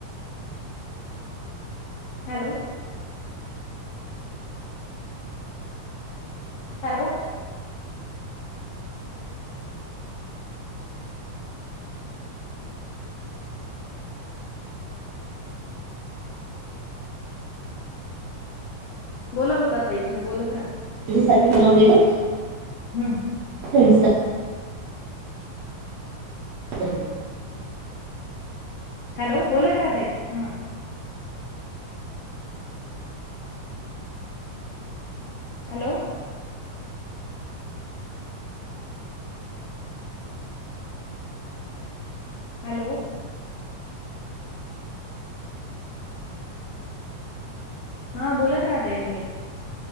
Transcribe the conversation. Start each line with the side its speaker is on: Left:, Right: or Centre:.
Left: हॅलो हॅलो बोला बोला ताई तुम्ही बोलत राहा.
Right: साठी बनवलेलं.
Left: हम्म
Right: <unintelligible> अ <inaudible>
Left: हॅलो. बोलत, राह ताई हं हॅलो हॅलो हा बोलत राहा ताई तुम्ही